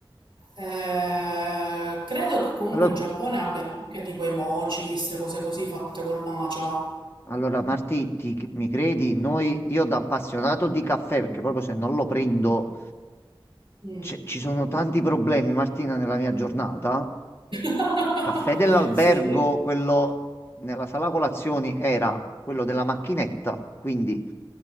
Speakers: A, on the right (about 65°); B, on the left (about 25°).
A: Eh, credo che comunque
B: Allora,
A: in Giappone abbiano anche tipo i mochi, queste cose così fatte col matcha.
B: allora Marti, ti- mi credi? Noi, io da appassionato di caffè, perché proprio se non lo prendo.
A: Mm.
B: c- ci sono tanti problemi, Martina, nella mia giornata.
A: <laughs>
B: Caffè dell'albergo,
A: Sì,
B: quello nella sala colazioni era quello della macchinetta, quindi